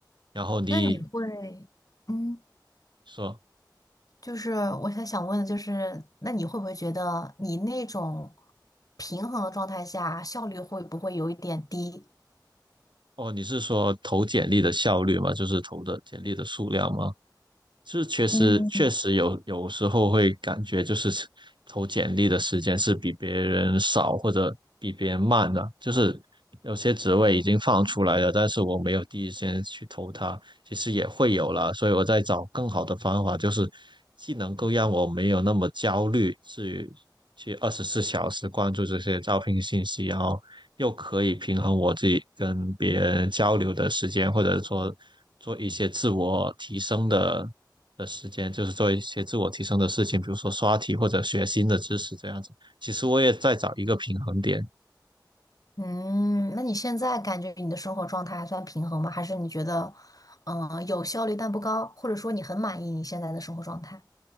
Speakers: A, on the right; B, on the left.
A: 然后你
B: 那你会，嗯，
A: 说，
B: 就是我想想问的就是，那你会不会觉得你那种平衡的状态下，效率会不会有一点低？
A: 哦，你是说投简历的效率吗？就是投的简历的数量吗？是确实确实有有时候会感觉就是
B: 嗯。
A: 投简历的时间是比别人少或者比别人慢的，就是有些职位已经放出来了，但是我没有第一时间去投它，其实也会有了，所以我在找更好的方法，就是既能够让我没有那么焦虑，至于去二十四小时关注这些招聘信息，然后又可以平衡我自己跟别人交流的时间，或者说做一些自我提升的的时间，就是做一些自我提升的事情，比如说刷题或者学新的知识这样子。其实我也在找一个平衡点，
B: 嗯，那你现在感觉你的生活状态还算平衡吗？还是你觉得，嗯、有效率但不高，或者说你很满意你现在的生活状态？